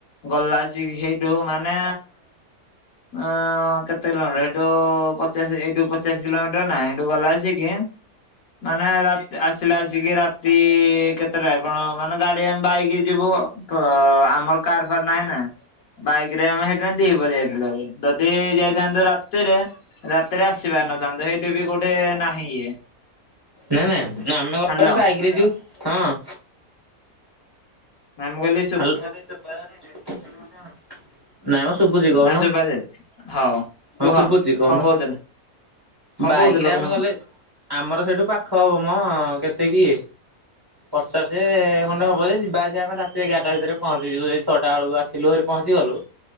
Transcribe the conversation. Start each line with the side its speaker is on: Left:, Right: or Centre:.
Left: ଗଲାଚିକ ହେଇଟୁ ମାନେ ଏଁ କେ ସେଇଠୁ ପଚାଶ ଏଇଠୁ ପଚାଶ କିଲୋମିଟର ଟ ନାଇଁ ଏଠୁ ଗଲା ଆସିକି, ମାନେ ରାତ ଆସିଲା ଆସିକି ରାତି କେତେଟା କଣ ମାନେ ଗାଡି ଆମେ ବାଇକି ଯିବୁ, ତ ଆମର କାର ଫାର ନାହିଁ ନା ବାଇକରେ ଆମେ ହେଇଥିପାଇଁ ଦ୍ବିପହରେ ଯାଇଥିଲୁ। ଯଦି ଯାଇଥାନ୍ତୁ ରାତିରେ ରାତିରେ ଆସି ପାରିନଥାନ୍ତୁ। ସେଇଠି ବି କୋଉଠି ନାହିଁ ଇଏ।
Right: ନାଇଁ ନାଇଁ, ଆମେ କଣ
Left: ହାଲୋ।
Right: ପାଇଁ ବାଇକରେ ଯିବୁ, ହଁ।
Left: ମାମୁଁ କହିଲେ
Right: <unintelligible> ନାଇଁ ମ ଶୁଭୁଛି କହୁନ,
Left: ନା ଶୁଭା ଯାଉଛି? ହଉ କୁହ
Right: ହଁ ଶୁଭୁଛି କହୁନ।
Left: କଣ କହୁଥିଲ କଣ
Right: ବାଇକିରେ
Left: କହୁଥିଲ
Right: ଆମେ
Left: କହୁନ
Right: ଗଲେ, ଆମର ସେଇଠୁ ପାଖ ହବ ମ କେତେ କି ପଚାଶେ ଖଣ୍ଡେ ହବ ଯେ, ଯିବା ଆସିବା ଆମେ ରାତ ତି ଏଗାରଟା ଭିତରେ ପହଞ୍ଚି ଯିବୁ, ଏଇ ଛଅଟା ବେଳୁ ଆସିଲୁ ଭାରି ପହଞ୍ଚିଗଲୁ,